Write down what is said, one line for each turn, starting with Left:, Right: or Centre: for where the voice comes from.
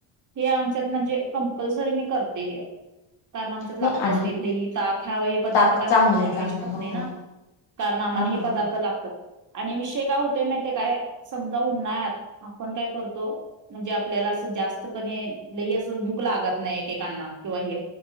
Right: हे आमच्यात म्हणजे कंपल्सरी मी करते हे, कारण आमच्यात लागतच
Left: नाही आणि
Right: ते दही ताक ह्यावा हे पदार्थ
Left: ताक
Right: कारण
Left: चांगले
Right: आम्ही नॉनवेज
Left: चांगले
Right: खात
Left: हो
Right: नाही ना!
Left: हो
Right: कारण आमाना
Left: हा हा
Right: हे पदार्थ लागतात. आणि विषय काय हुतोय माहिते काय समजा उन्हाळ्यात आपण काय करतो म्हणजे आपल्याला असं जास्त कनी लई असं भूक लागत नइ एकेकांना किंवा हे